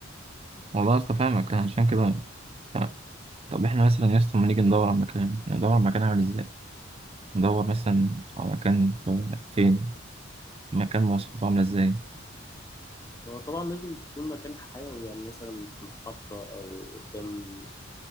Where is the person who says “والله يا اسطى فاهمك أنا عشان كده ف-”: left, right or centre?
Right